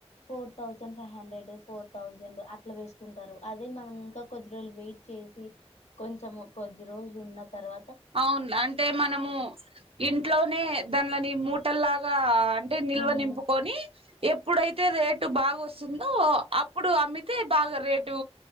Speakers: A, on the left (about 85°); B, on the right (about 60°).
A: four thousand five hundred four thousand అట్లా వేస్కుంటారు అదే మనమింకా కొద్ది రోల్లు వెయిట్చేసి కొంచెము కొద్ది రోజ్లున్న తర్వ
B: అవున్లే అంటే మనము ఇంట్లోనే దాన్లని మూటల్లా లాగా అంటే నిల్వ
A: ఉమ్
B: నింపుకోని ఎప్పుడైతే రేటు బాగొస్తుందో అప్పుడు అమ్మితే బాగా రేటూ